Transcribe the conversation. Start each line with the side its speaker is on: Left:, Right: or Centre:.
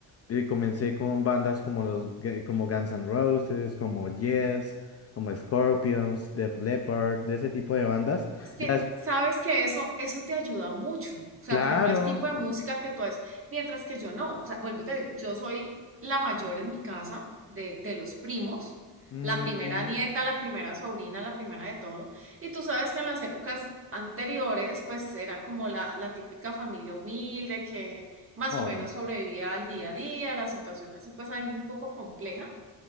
Left: Y comencé con bandas como los, gu- como Guns N' Roses, como Yes, como Scorpions, Def Leppard, de ese tipo de bandas,
Right: Es que
Left: ya, es-
Right: sabes que eso, eso te ayuda mucho. O sea,
Left: claro,
Right: por ejemplo, el tipo de música
Left: eh,
Right: que tú haces, mientras que yo no. O sea, vuelvo y te digo, yo soy la mayor en mi casa de, de los primos,
Left: mm,
Right: la primera nieta, la primera sobrina, la primera de todo. Y tú sabes que en las épocas anteriores, pues era como la, la típica familia humilde que más
Left: oh,
Right: o menos sobrevivía al día a día, la situación así, pues ahí un poco compleja.